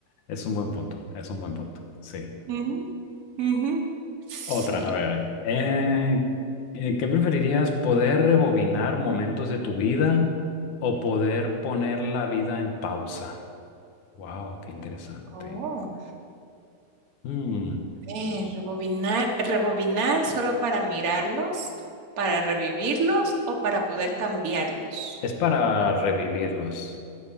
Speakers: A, on the left (about 75°); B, on the right (about 75°).
A: es un buen punto, es un buen punto. Sí.
B: Ujú, ujú. Sí.
A: Otra, a ver, eh, eh, ¿qué preferirías? ¿Poder rebobinar momentos de tu vida o poder poner la vida en pausa? Wow, qué interesante.
B: Oh,
A: Mm,
B: eh, rebobinar, rebobinar solo para mirarlos, para revivirlos o para poder cambiarlos,
A: es para revivirlos,